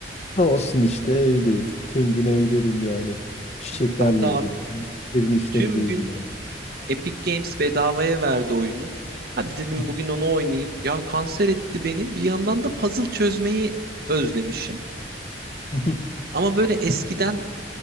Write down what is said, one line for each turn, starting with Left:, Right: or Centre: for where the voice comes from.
Left: Ne olsun işte evdeyim. Tüm gün evdeydim yani. Çiçeklerle
Right: Ben de abi
Left: ilgilendim. Evin işleriyle
Right: tüm gün
Left: ilgilendim.
Right: Epic Games bedavaya verdi oyunu. Hadi dedim
Left: Hı
Right: bugün onu oynayayım. Ya kanser etti beni. Bir yandan da puzzle çözmeyi özlemişim.
Left: hı. <laughs>
Right: Ama böyle eskiden